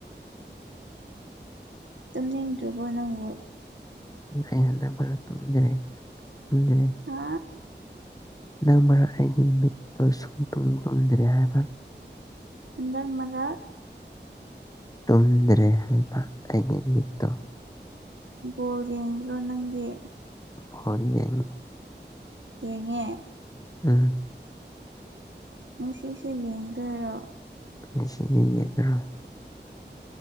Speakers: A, on the right (about 85°); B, on the left (about 20°).
A: ꯇꯝꯅꯤꯡꯗ꯭ꯔꯕꯣ ꯅꯪꯉꯣ
B: ꯍꯗ ꯄꯨꯔꯥ ꯇꯨꯗ꯭ꯔꯦ ꯇꯨꯗ꯭ꯔꯦ
A: ꯍꯥ
B: ꯅꯪ ꯃꯔ ꯑꯩꯒꯤ ꯃꯤꯛꯇ ꯁꯨꯡꯇꯣꯡ ꯇꯣꯟꯗ꯭ꯔꯦ ꯍꯥꯏꯕ
A: ꯍꯟꯗꯛ ꯑꯃꯒ
B: ꯇꯨꯝꯗ꯭ꯔꯦ ꯍꯥꯏꯕ ꯑꯩꯒꯤ ꯃꯤꯠꯇꯣ
A: ꯣꯜ ꯌꯦꯡꯗ꯭ꯔꯣ ꯅꯪꯗꯤ
B: ꯍ ꯉ
A: ꯌꯦꯉ
B: ꯎꯝ
A: ꯅ ꯁꯤꯁꯨ ꯌꯦꯡꯗꯣꯏꯔꯣ
B: ꯃꯁꯤꯅꯤꯦꯗ꯭ꯔꯣ